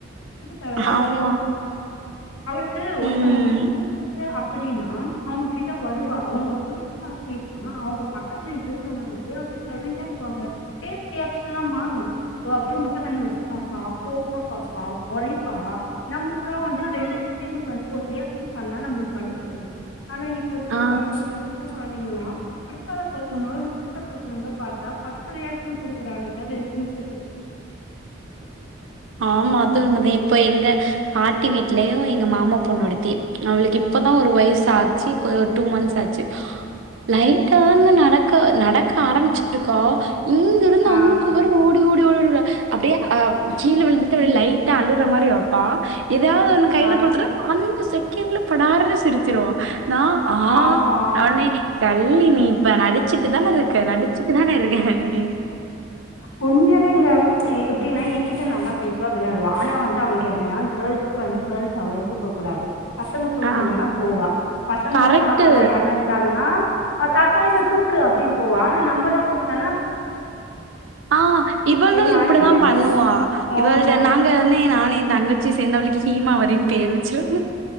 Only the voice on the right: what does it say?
ஆமா
ம்
ஆ
ம்.
ஆமா அது உண்மதா இப்ப எங்க பாட்டி வீட்லயு எங்க மாமா பொண்ணு ஒருத்தி அவுளுக்கு இப்பதா ஒரு வய்சு ஆ ச்சி இப்ப டூ மந்த்ஸ் ஆச்சு ஆ லைட்டாதாங்க நடக் க நடக்க ஆரம்பிச்ட்ருக்கா இங்கருந்து
அங்க வர ஓடு டி ஓடி ஓடி ஓடி <unintelligible> விளா அப்டே அ கீழ விழுந்துட்டு அப்டே லைட்டா அழுற மாரி வப்பா எதாது ஒன்னு கைல
குடுத்துட்டா அந்த செகண்ட்ல படார்னு சிரிச்சிருவா நா ஆ
தா நீ கள்ளி நீ இப்ப நடி டிச்சுட்டு தான இருக்க நடிச்சுட்டு தான இருக்கே அப்டின்
ஆ
கரெக்ட்டு.
ஆ இவளு
இப்டிதா
பண்ணுவா
இவள்ட நாங்க வனே நானு ஏ தங்க ச்சி சேந்து ஹீமாவரினு பேர் வச்சுருக்கோ